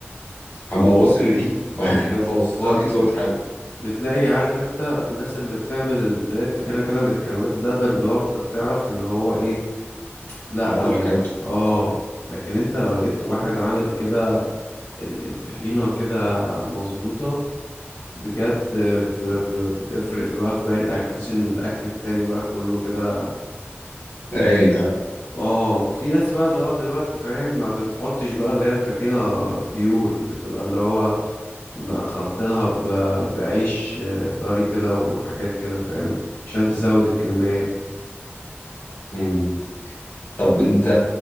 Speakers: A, on the left (about 50°); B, on the left (about 70°).
A: أما هو واصل لدي <laughs> فهو
B: بالظبط
A: أكيد ظابط حاله
B: بتلاقي عارف انت الناس اللي بتعمل ال- تلاقي الطحينة كده متكروتة ده بل اللي هو انت بتعرف ان هو ايه لا
A: على الله
B: مش
A: حكايته
B: اه لكن انت لو لقيت واحد عامل كده ال- الطحينة كده مظبوطة بجد ب... ب... بتفرق في بقى في باقي الاكل تحس ان الاكل التاني بقى كله كده
A: رايق ها
B: اه وفي ناس بقى اللي هو دلوقتي فاهم ما بتحطش بقى اللي هي الطحينة بيور بتبقى اللي هو ما خلطينها ب... بعيش آه، طري كده وحاجات كده فاهم عشان تزود الكمية
A: مم. طب أنت